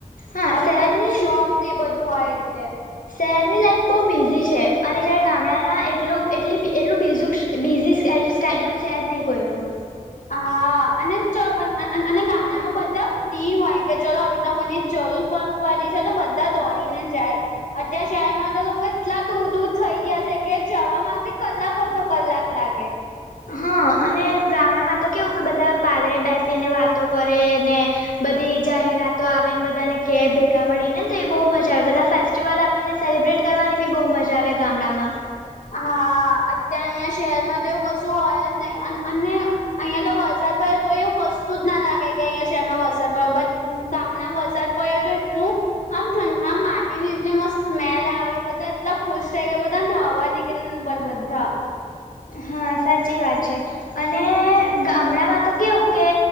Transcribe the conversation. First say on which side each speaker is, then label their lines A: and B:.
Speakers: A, on the left; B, on the left.
A: હા
B: આવીતના
A: શહેરની
B: જોબ ને બધું હોય એટલે
A: શહેરની લાઈફ બોવ બીઝી છે અને જ્યારે ગામડાના એટલું એટલી બી એટલું બીઝું બિઝી સ્કે સ્કેડ્યુલ છે જ નઈ કોઇનું
B: હા અને ચ અન અને ગામડામાં બધા ફ્રી હોય કે ચલો આવી રીતના કોઈને જરૂર પ પડી છે તો બધા દોરીને જાય અત્યારે શહેરમાં તો લોકો એટલા દૂર દૂર થઈ ગયા છે કે જવામાં બી કલાક અધો કલાક લાગે
A: હા અને ગામડામાં તો કેવું કે બધા પાદરે બેસીને વાતો કરે ને બધી જાહેરાતો આવે ને બધાને કે ભેગા મળીને તો એ બો મજા આવે બધા ફેસ ચીવલ આપણને સેલિબ્રેટ કરવાની બી બોવ મજા આવે ગામડામાં
B: હા અત્યા અઈયા શહેરમાં તો એવું કશું હોય જ નહી અન અને અઈયાં તો વરસાદ પડે તોય એવું કશું જ ના લાગે કે અઈયા શહેરમાં વરસાદ પડ્યો બટ ગામના વરસાદ પયે તો એટલું આમ થન આમ માટીની એટલી મસ્ત સ્મેલ આવે બધા એટલા ખુશ થઈ ગયા બધા નાવા નીક કેતતન પન બધા
A: હા સાચી વાત છે અને ગામડાંમાં તો કેવું કે